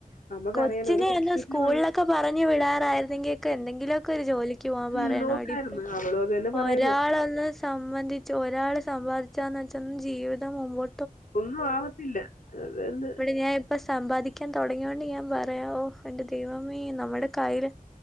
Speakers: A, on the left; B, in the centre.
A: നമുക്കറിയാലോ
B: കൊച്ചിനെ
A: ഒരു ഹോസ്പിറ്റലിൽ
B: ഒന്ന് സ്കൂളിലൊക്കെ
A: വന്ന്
B: പറഞ്ഞു വിടാറായിരുന്നെങ്കി ക്കെ എന്തെങ്കിലു ഒക്കെ ഒരു ജോലിക്ക് പോകാൻ
A: ഉം
B: പറയണമെടി
A: നോക്കായിരുന്നു
B: ഇപ്പ
A: അവളും അത് തന്നെ പറയുന്നെ
B: ഒരാളെന്ന് സംബന്ധിച്ച് ഒരാള് സമ്പാദിച്ചാന്ന് വെച്ചാ ജീവിതം മുമ്പോ
A: ഒന്നും ആവത്തില്ല. അതന്നെ
B: ഇവിടെ ഞാൻ ഇപ്പ സമ്പാദിക്കാൻ തുടങ്ങിയോണ്ട് ഞാൻ പറയാ ഓ എന്റെ ദൈവമേ നമ്മടെ കയ്ൽ